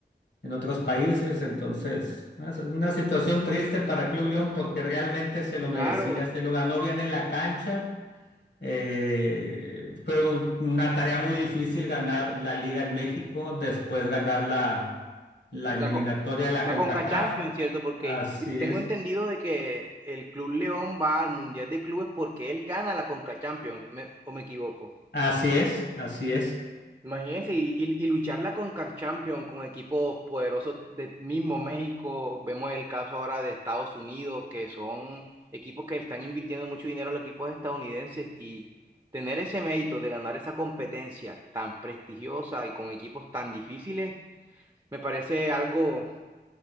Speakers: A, on the left; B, on the right.
A: en otros países. Entonces, es una situación triste para Club León porque realmente se lo
B: Claro.
A: merecía, se lo ganó bien en la cancha eh, fue un- una tarea muy difícil ganar la Liga en México, después ganar la, la eliminatoria
B: La, co-
A: de la
B: la
A: CONCACAF.
B: Conca Champions, ¿cierto? Porque
A: Así
B: yo tengo
A: es,
B: entendido de que el Club León va al Mundial de Clubes porque él gana la Conca Champions, ¿me- o me equivoco.
A: así es, así es.
B: Imagínense, y, y- y luchar la Conca Champions con equipos poderosos del mismo México. Vemos el caso ahora de Estados Unidos, que son equipos que están invirtiendo mucho dinero a los equipos estadounidenses y tener ese mérito de ganar esa competencia tan prestigiosa y con equipos tan difíciles. Me parece algo